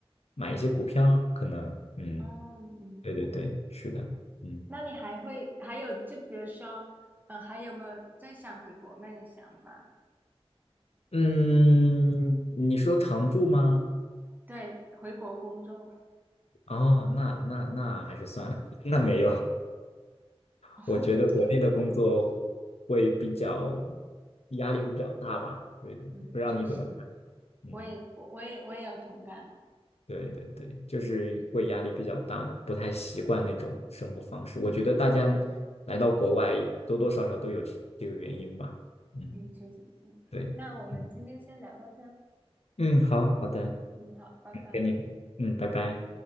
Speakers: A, on the left; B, on the right.
A: 买一些股票，可能，嗯，
B: 嗯
A: 对对对，是的，嗯。
B: 那你还会还有就比如说，呃，还有没有在想回国内的想法？
A: 嗯，你说常住吗？
B: 对，回国工作，
A: 哦，那那那还是算了，<laughs> 那没有。
B: <laughs>
A: 我觉得国内的工作会比较
B: 我
A: 压力会比较大吧？对对，对不知道你怎么看？
B: 嗯，确实，
A: 嗯，
B: 我也我我也我也有同感，
A: 对对对，就是会压力比较大，
B: 嗯
A: 不太习惯那种生活方式。我觉得大家来到国外多多少少都有这个原因吧。嗯，
B: 嗯，确实是。
A: 对，
B: 那我们今天先聊到这儿
A: 嗯嗯，好好的，
B: 嗯，好，拜拜。
A: 跟你，嗯，拜拜。